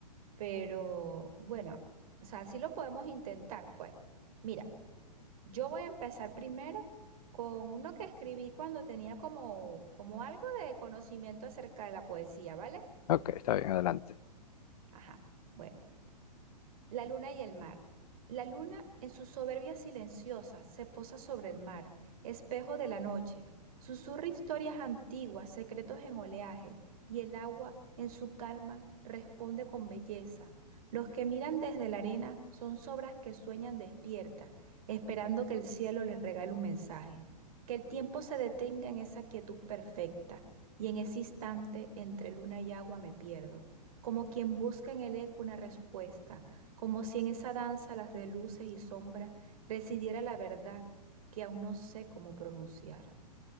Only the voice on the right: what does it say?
pero bueno, o sea, sí lo podemos intentar, pues. Mira, yo voy a empezar primero con uno que escribí cuando tenía como, como algo de conocimiento acerca de la poesía, ¿vale?
Ajá. Bueno. La luna y el mar. La luna, en su soberbia silenciosa, se posa sobre el mar, espejo de la noche. Susurra historias antiguas, secretos en oleaje, y el agua, en su calma, responde con belleza. Los que miran desde la arena son sobras que sueñan despiertas, esperando que el cielo les regale un mensaje, que el tiempo se detenga en esa quietud perfecta, y en ese instante entre luna y agua me pierdo, como quien busca en el eco una respuesta como si en esa danza, las de luces y sombras, residiera la verdad que aún no sé cómo pronunciar.